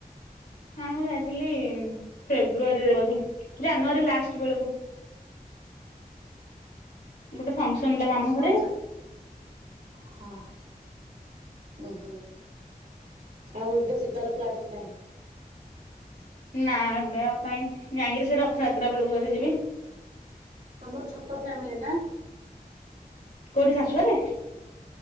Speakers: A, on the left (about 75°); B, on the right (about 65°).
A: ମୁଁ ଯାଇଥିଲି ଫେବୃଆରୀରେ ବଧେ ଜାନୁଆରୀ ଲାଷ୍ଟ ବେଳକୁ। ଗୋଟେ ଫଙ୍କସନ ଥିଲା
B: ଓହୋ
A: ମାମୁ ଘରେ।
B: ଯା ହଁ ହୁଁ ହୁଁ ଆଉ ଏବେ ଯିବାର ପ୍ଲାନିଂ ନାହିଁ।
A: ନା ଏବେ ଆଉ କାହିଁକି ଯାଇକିରି ସେ ରଥଯାତ୍ରା ବେଳକୁ ଯଦି ଯିବି।
B: ତମର ଛୋଟ ଫ୍ୟାମିଲି ନା।
A: କୋଉଠି ଶାଶୁ ଘରେ।